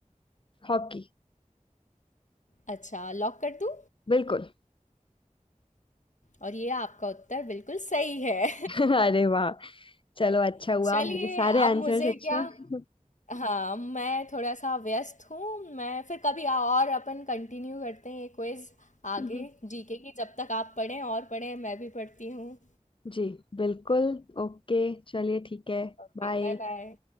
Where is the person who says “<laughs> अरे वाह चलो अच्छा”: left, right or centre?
Left